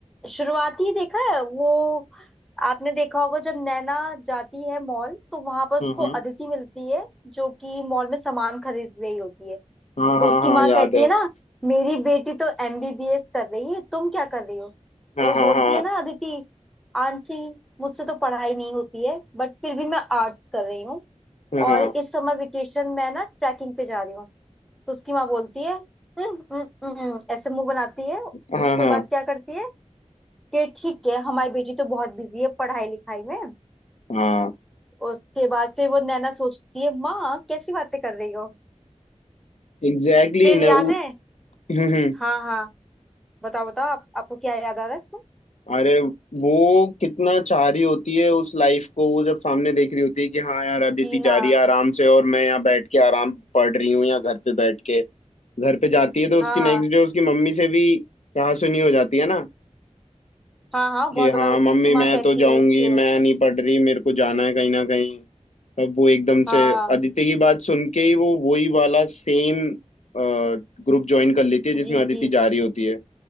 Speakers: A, in the centre; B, on the left.
A: शुरुआती ही देखा है वो आपने देखा होगा जब नैना जाती है मॉल तो वहां पर उसको
B: हम्म हम्म
A: अदिति मिलती है जो कि मॉल में सामान खरीद रही होती है
B: हाँ हाँ
A: तो उसकी
B: हाँ
A: माँ
B: याद
A: कहती
B: है
A: है ना मेरी बेटी तो एमबीबीएस कर रही है तुम क्या कर रही हो
B: हाँ
A: तो वो
B: हाँ
A: बोलती
B: हाँ
A: है ना अदिति आंटी मुझसे तो पढ़ाई नहीं होती है बट फिर भी मैं आर्ट्स कर रही हूँ
B: हाँ
A: और
B: हाँ
A: इस समय वेकेशन में ना ट्रैकिंग पे जा रही हूँ तो उसकी माँ बोलती है "हम्म, हम्म, हम्म," ऐसे मुंह बनाती है
B: हाँ
A: उसके
B: हाँ
A: बाद क्या करती है कि ठीक है हमारी बेटी तो बहुत बिजी है पढ़ाई लिखाई में
B: हाँ
A: उसके बाद फिर वो नैना सोचती है माँ कैसी बातें कर रही हो
B: एग्जैक्टली
A: फिर याद
B: ना उ-
A: है
B: हम्म हम्म।
A: हाँ हाँ बताओ बताओ आप, आपको क्या याद आ रहा है इसमें?
B: अरे वो कितना चाह रही होती है उस लाइफ को वो जब सामने देख रही होती है कि हाँ यार अदिति
A: जीना
B: जा रही है आराम से और मैं यहाँ बैठ के आराम पढ़ रही हूँ या घर पे बैठ के घर पे जाती है तो उसकी
A: हाँ
B: नेक्स्ट डे उसकी मम्मी से भी कहा सुनी हो जाती है ना
A: हाँ हाँ
B: कि
A: बहुत ज्यादा
B: हाँ
A: होती
B: मम्मी
A: है इसकी
B: मैं
A: माँ कहती
B: तो जाऊंगी
A: है कि
B: मैं नहीं पढ़ रही मेरे को जाना है कहीं ना कहीं तब वो एकदम
A: हाँ
B: से अदिति की बात सुन के ही वो वही वाला सेम ग्रुप ज्वाइन कर लेती है जिसमें
A: जी
B: अदिति
A: जी
B: जा रही होती है